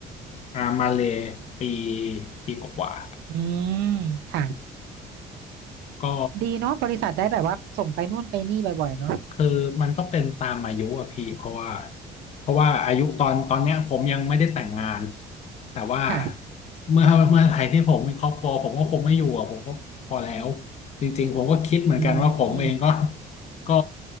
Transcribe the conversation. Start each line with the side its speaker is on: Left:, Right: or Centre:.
Left: อ่ามาเลย์ปีปีกว่าๆ
Right: อืมค่ะ
Left: ก็
Right: ดีเนาะบริษัทได้แบบว่าส่งไปนู่นไปนี่บ่อยๆเนาะ
Left: คือมันก็เป็นตามอายุอะพี่เพราะว่าเพราะว่าอายุตอนตอนเนี้ยผมยังไม่ได้แต่งงานแต่ว่า
Right: ค่ะ
Left: เมื่อเมื่อไหร่ที่ผมมีครอบครัวผมก็คงไม่อยู่อะผมก็พอแล้วจริงๆผมก็คิดเหมือนกันว่าผมเองก็
Right: อืม
Left: ก็